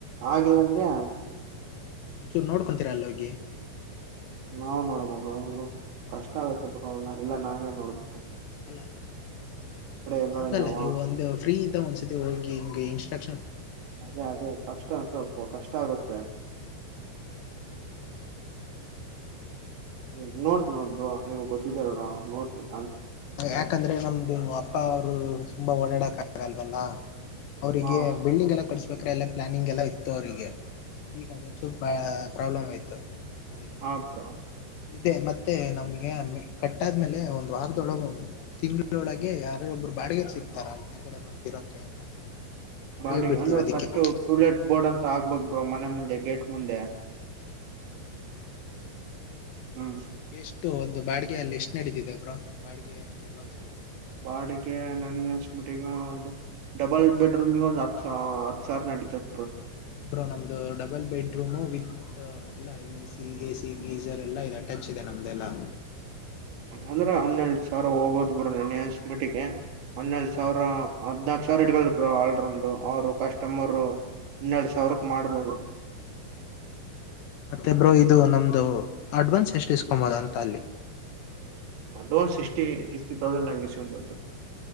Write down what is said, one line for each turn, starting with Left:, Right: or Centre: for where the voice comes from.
Right: ಆಗಿಲ್ಲ ಅಂದ್ರಯ.
Left: ಒಂಚೂರು ನೋಡ್ಕೊಂತೀರಾ ಅಲ್ಲ ಹೋಗಿ.
Right: ನಾವ್ ನೋಡಬೇಕಾ ಅವರು ಕಷ್ಟ ಆಗುತ್ತೆ ಬ್ರೋ ಅವನ್ನ ಎಲ್ಲಾ ನಾವೇ ನೋಡಬೇಕು.
Left: ಅ
Right: ಎಲ್ಲ
Left: ಹಂಗಲ್ಲ
Right: ಇದಾವ
Left: ನೀವು ಒಂದು ಫ್ರೀ ಇದ ಒಂದ್ಸತಿ ಹೋಗಿ ಇನ್ಸ್ಪೆಕ್ಷನ್.
Right: ಅದೇ ಅದೇ ಕಷ್ಟ ಸ್ವಲ್ಪ ಕಷ್ಟ ಆಗುತ್ತೆ. ಹ್ಮ ನೋಡ್ತ ನೋಡ ನೀವ್ ಕೊತಿದ್ದೀರಲ್ಲ ನೋಡ್ತನಿ.
Left: ಯಾಕಂದ್ರೆ ನಮ್ದು ಅಪ್ಪ ಅವರು ತುಂಬಾ ಓಡಾಡಕ ಆಗಲ್ವಲ್ಲ. ಅವ್ರರಿಗೆ
Right: ಹ
Left: ಬಿಲ್ಡಿಂಗ್ ಎಲ್ಲ ಕಡಿಸಬೇಕ್ರೆ ಎಲ್ಲ ಪ್ಲಾನಿಂಗ್ ಎಲ್ಲಾ ಇತ್ತು ಅವರಿಗೆ. ಈಗ ಅದೊಂದು ಚೂರು ಪ್ರಾಬ್ಲಮ್ ಆಯ್ತು. ಅದಕ್ಕೆ
Right: ಹಾ ಬ್ರೋ
Left: ಇದೆ ಮತ್ತೆ ನಮ್ಗೆ ಕಟ್ಟಾದ್ಮೇಲೆ ಒಂದು ವಾರದ. <unintelligible> ತಿಂಗಳೊಳಗೆ ಯಾರಾರ ಒಬ್ಬರು ಬಾಡಿಗೆ ಸಿಗ್ತಾರ ಅಲ್ ಮೇಲ್ಗಡೆ ಬಂದಿರೋಕ ಅಂತ.
Right: ಬಾಡಿಗೆ
Left: ಬಿಡ್ತೀವಿ
Right: ಅಂದ್ರೆ
Left: ಅದಕ್ಕೆ
Right: ಫಸ್ಟ್ ಟೂಲೆಟ್ ಬೋರ್ಡ್ ಅಂತ ಹಾಕಬೇಕ ಬ್ರೋ ಮನೆ ಮುಂದೆ ಗೇಟ್ ಮುಂದೆ. ಹ್ಮ್
Left: ಎಷ್ಟು ಒಂದು ಬಾಡಿಗೆ ಅಲ್ಲಿ ಎಷ್ಟು ನಡೀತಿದೆ ಬ್ರೋ ಬಾಡಿಗೆ ಅಡ್ವಾನ್ಸ್ ಎಲ್ಲ.
Right: ವಾಡಿಗೆ ನನಗ ಅನಿಸಿದಂಗ ಒಂದು ಡಬಲ್ ಬೆಡ್ರೂಮ್ಗೆ ಒಂದು ಹತ್ತು. <unintelligible> ಸ ಹತ್ ಸಾರ್ ನಡಿತದ
Left: ಬ್ರೋ ನಮ್ದು ಡಬಲ್ ಬೆಡ್ರೂಮ್ ವಿತ್ ಎಲ್ಲ E C A C geyser ಎಲ್ಲಾ ಇದೆ ಟಚ್ ಇದೆ ನಮ್ದೆಲ್ಲಾ.
Right: ಅಂದ್ರೆ ಹನ್ನೆರಡ ಸಾವಿರ ಹೋಗಬೋದು. <unintelligible> ಮಟ್ಟಿಗೆ ಹನ್ನೆರಡು ಸಾವಿರ ಹದಿನಾಲ್ಕು. <unintelligible> ಆಲ್ರೌಂಡ್ ಅವರು ಕಸ್ಟಮರ ಇನ್ನೆರಡು ಸಾವಿರಕ ಮಾಡಬಹುದು. <inaudible>
Left: ಮತ್ತೆ ಬ್ರೋ ಇದು ನಮ್ದು ಅಡ್ವಾನ್ಸ್ ಎಷ್ಟು ಇಸ್ಕೊಬೋದು ಅಂತ ಅಲ್ಲಿ.
Right: ಅಡ್ವಾನ್ಸ್ ಸಿಕ್ಸ್ಟಿ ಸಿಕ್ಸ್ಟಿ ತೌಸಂಡ್ ಹಂಗಗೆ ಇಸ್ಕೊಂಡು ಬಿಡ್ತಾರೆ.